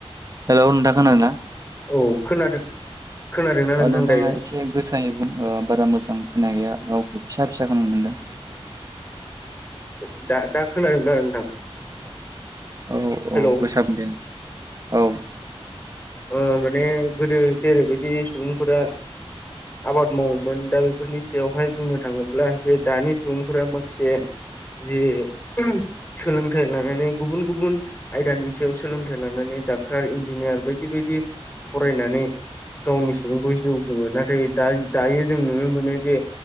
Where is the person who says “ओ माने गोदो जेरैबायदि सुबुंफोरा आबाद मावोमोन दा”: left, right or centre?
Left